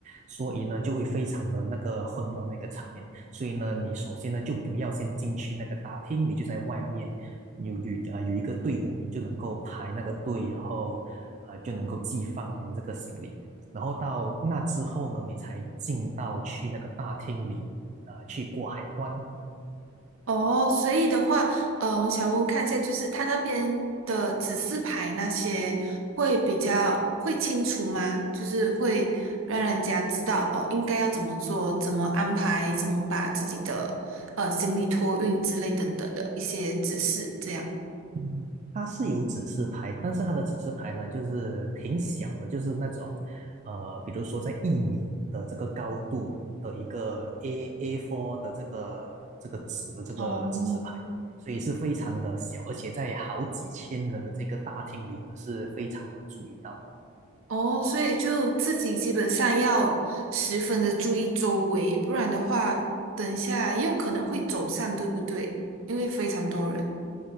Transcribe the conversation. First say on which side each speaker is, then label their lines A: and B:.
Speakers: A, on the right; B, on the right.
A: 所以呢，就会非常的那个混乱那个场面。所以呢，你首先呢，就不要先进去那个大厅，你就在外面有有啊有一个队伍，你就能够排那个队，然后呃就能够寄放你的这个行李。然后到那之后呢，你才进到去那个大厅里，啊去过海关。
B: 哦，所以的话，呃，我想问看一下，就是他那边的指示牌那些会比较会清楚吗？就是会让人家知道哦，应该要怎么做，怎么安排，怎么把自己的呃行李托运之类等等的一些指示，这样。
A: 嗯，它是有指示牌，但是它的指示牌呢，就是挺小的，就是那种，呃，比如说在一米的这个高度的一个 A A4 的这个这个纸的这个指示牌，
B: 哦
A: 所以是非常的小，而且在好几千人的这个大厅里呢，是非常难注意到的。
B: 哦，所以就自己基本上要十分的注意周围，不然的话，等一下也有可能会走散，对不对？因为非常多人。